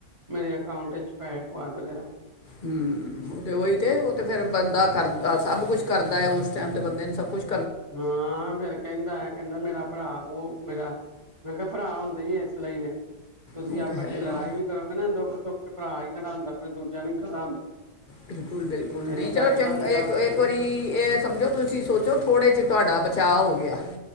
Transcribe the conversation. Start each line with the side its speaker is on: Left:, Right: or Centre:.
Right: ਮੇਰੇ ਅਕਾਊਂਟ ਚ ਪੈਸੇ ਪਵਾ ਦੋ ਜਰਾ
Left: ਹੂ ਤੇ ਉਹੀ ਤੇ ਉਹ ਤੇ ਫਿਰ ਬੰਦਾ ਕਰਦਾ ਸਭ ਕੁਛ ਕਰਦਾ ਹੈ ਉਸ ਟਾਈਮ ਤੇ ਬੰਦੇ ਨੂੰ ਸਭ ਕੁਛ
Right: ਹਾਂ ਫਿਰ ਕਹਿੰਦਾ ਹੈ ਕਹਿੰਦਾ ਮੇਰਾ ਭਰਾ ਬੋ ਮੇਰਾ ਮੈਂ ਕਿਹਾ ਭਰਾ ਹੁੰਦੇ ਇਸ ਲਈ ਨੇ। ਤੁਸੀਂ
Left: ਉਹ
Right: ਆਪਸ
Left: ਤੇ ਹੈ
Right: ਚ
Left: ਹੀ
Right: ਲੜਾਈ ਵੀ ਕਰੋਗੇ ਨਾ ਦੁੱਖ ਸੁੱਖ ਭਰਾ ਹੀ ਖੜਾ ਹੁੰਦਾ ਕੋਈ ਦੂਜਾ ਨੀ ਖੜਾ ਹੁੰਦਾ।
Left: ਬਿਲਕੁਲ ਬਿਲਕੁਲ
Right: ਮੇਰੀ
Left: ਨਹੀਂ ਚਲੋ
Right: ਤਾਈ
Left: ਚੰਗਾ
Right: ਦਾ ਮੁੰਡਾ
Left: ਇੱਕ
Right: ਉਸੇ ਵੇਲੇ
Left: ਵਾਰੀ ਇਹ ਸਮਝੋ ਤੁਸੀਂ ਸੋਚੋ ਥੋੜੇ ਚ ਤੁਹਾਡਾ ਬਚਾਅ ਹੋ ਗਿਆ।